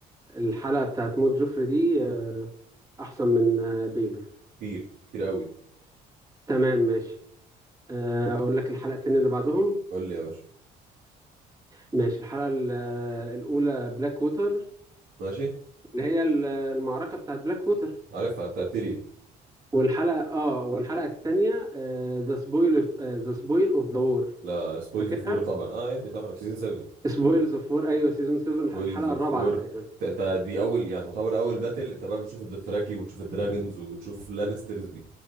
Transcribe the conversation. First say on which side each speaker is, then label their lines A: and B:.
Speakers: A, on the right; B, on the right.
A: الحلقة بتاعت موت جوفري دي آه، احسن من آه، بيلور
B: كتير كتير قوي
A: تمام ماشي آه، اقول لك الحلقتين اللي بعدهم
B: قول لي يا باشا
A: ماشي الحلقة ال- آه، الاولى بلاك ووتر
B: ماشي
A: اللي هي ال- آه، المعركة بتاعت بلاك ووتر
B: عارفها بتاعت تيرين
A: والحلقة اه والحلقة التانية ذا سبويل ذا سبويل اوف ذا وور
B: لا سبويلز
A: فاكرها
B: اوف وور طبعا اه يا ابني طبعا في سيزون 7
A: سبويلز اوف وور ايوه سيزون 7
B: ويلز
A: الحلقة
B: اوف
A: الرابعة
B: وور
A: تقريبا
B: انت أنت دي اول يعني تعتبر اول باتل انت بقى بتشوف الدثراكي وبتشوف الدراجونز وبتشوف لانسترز بي